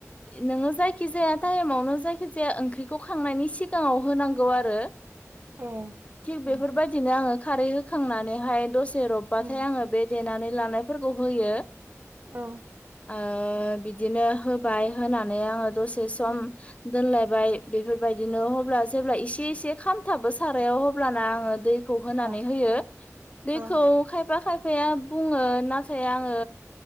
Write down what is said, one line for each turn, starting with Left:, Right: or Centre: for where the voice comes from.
Left: नोङो जायखिजाया टाइमावनो जायखिजाया ओंख्रिखौ खांनायनि सिगाङाव होनांगौ आरो
Right: अ
Left: थिग
Right: उम
Left: बेफोरबादि दिनो आङो खारै होखांनानैहाय दसे रबबाथाय
Right: उम
Left: आङो बे देनानै लानायफोरखौ होयो।
Right: औ।
Left: ओ बिदिनो होबाय होनानै आङो दसे सम
Right: उम
Left: दोनलायबाय बेफोरबायदिनो अब्ला जेब्ला एसे एसे खामथाबो सारायाव हब्ला आङो दै खौ होनानै
Right: अ
Left: होयो दैखौ
Right: अ
Left: खायफा खायफाया बुङो नाथाय आङो